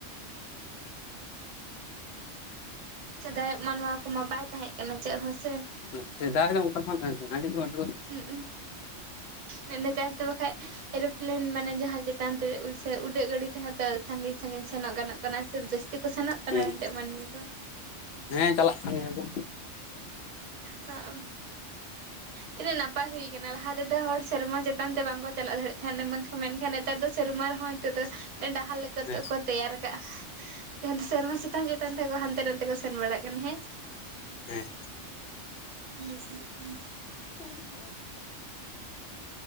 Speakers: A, on the right; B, on the left.
A: ᱥᱮᱫᱟᱭᱟᱜ ᱢᱟ ᱱᱚᱣᱟ ᱠᱚᱢᱟ ᱵᱟᱭ ᱛᱟᱦᱮᱸ ᱠᱟᱱᱟ ᱪᱮᱫ ᱦᱚᱸ ᱥᱮ᱾
B: ᱦᱩᱸ, ᱥᱮᱫᱟᱭ ᱫᱚ ᱚᱝᱠᱟ ᱫᱚ ᱵᱟᱝ ᱛᱟᱦᱮᱸᱠᱟᱱᱟ ᱟᱹᱰᱤ ᱢᱚᱡᱽ᱾
A: ᱦᱩᱸᱜ-ᱩᱸ ᱱᱮᱛᱟᱨ ᱫᱚ ᱵᱟᱠᱷᱟᱡᱽ ᱮᱨᱳᱯᱞᱮᱱ ᱢᱟᱱᱮ ᱡᱟᱦᱟᱸ ᱪᱮᱫ ᱪᱮᱛᱟᱱ ᱛᱮ ᱥᱮ ᱩᱰᱟᱹᱜ ᱜᱟᱹᱰᱤ ᱛᱮᱦᱚᱸ ᱛᱚ ᱥᱟᱸᱜᱤᱧ ᱥᱟᱸᱜᱤᱧ ᱥᱮᱱᱚᱜ ᱜᱟᱱᱚᱜ ᱠᱟᱱᱟ ᱥᱮᱵᱽ ᱡᱟᱹᱥᱛᱤ ᱠᱚ ᱥᱮᱱᱚᱜ ᱠᱟᱱᱟ
B: ᱦᱮᱸ
A: ᱮᱱᱛᱮ ᱢᱟᱹᱱᱢᱤ ᱠᱚ᱾
B: ᱦᱮᱸ ᱪᱟᱞᱟᱜ ᱠᱟᱱ ᱜᱮᱭᱟ ᱠᱚ᱾
A: ᱦᱚᱸᱜ-ᱚ, ᱛᱤᱱᱟᱹᱜ ᱱᱟᱯᱟᱭ ᱦᱩᱭ ᱠᱟᱱᱟ ᱞᱟᱦᱟ ᱛᱮᱫᱚ ᱦᱚᱲ ᱥᱮᱨᱢᱟ ᱪᱮᱛᱟᱱ ᱛᱮ ᱵᱟᱝ ᱠᱚ ᱪᱟᱞᱟᱜ ᱫᱟᱲᱮᱜ ᱛᱟᱦᱮᱱ, ᱵᱟᱝ ᱠᱷᱟᱱ, ᱢᱮᱱᱠᱷᱟᱱ ᱱᱮᱛᱟᱨ ᱫᱚ ᱥᱮᱨᱢᱟ ᱨᱮᱦᱚᱸ ᱱᱤᱛᱚᱜ ᱫᱚ ᱰᱟᱦᱟᱨ ᱞᱮᱠᱟ
B: ᱦᱮᱸ
A: ᱛᱮ ᱠᱚ ᱛᱮᱭᱟᱨ ᱠᱟᱜ-ᱟ, ᱡᱟᱸᱦᱟ ᱫᱚ ᱥᱮᱨᱢᱟ ᱥᱮᱛᱟᱱ ᱪᱮᱛᱟᱱ ᱛᱮ ᱠᱚ ᱦᱟᱱᱛᱮ ᱱᱟᱛᱮ ᱠᱚ ᱥᱮᱱ ᱵᱟᱲᱟᱜ ᱠᱟᱱᱟ ᱦᱮᱸ᱾
B: ᱦᱩᱸ᱾
A: ᱩᱸ ᱩᱸ,
B: <unintelligible>